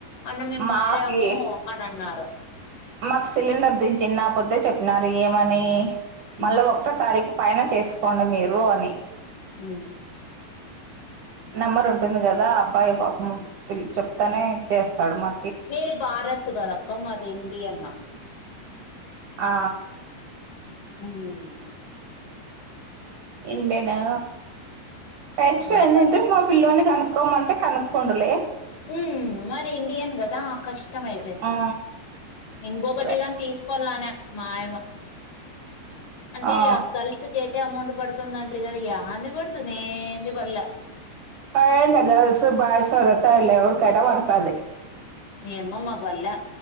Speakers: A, on the left; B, on the right.
A: అన్న మేము
B: మాకి
A: మారాము అని అన్నారు
B: మాకు సిలిండర్ దించి నా పొద్దె చెప్పినారు ఏమని
A: మ్
B: మళ్ళా ఒకటో తారీఖు పైన చేసుకోండి మీరు అని
A: మ్మ్
B: నెంబర్ ఉంటుంది కదా అయ్యో పాపం వెళ్లి చెప్ తనే చేస్తాడు. మా
A: మీది భారత్ కాదా అక్కా. మాది ఇండియను
B: ఆ
A: హ్మ్
B: ఇండియన్ నా హెచ్
A: నాకదే
B: అయిందంటే మా పిల్ల్లోడిని కానప్ కోమ్మంటే కనుక్కొండులే
A: మ్మ్ మాది ఇండియన్ కదా కష్టం అయిపోయింది.
B: ఆ
A: ఇంకొకటిగాని
B: అదే
A: తీసుకోవాలన మాయమ అంటే
B: ఆ
A: గర్ల్స్కైతే అమౌంట్ పడుతుంది అంట్రి కాదా యంది బడుతుంది యేంది పల్లె
B: అ ఏమీలేదు గర్ల్స్ బాయ్స్ ఎవరికైనా పడతాది.
A: ఏమో మాకు పల్లె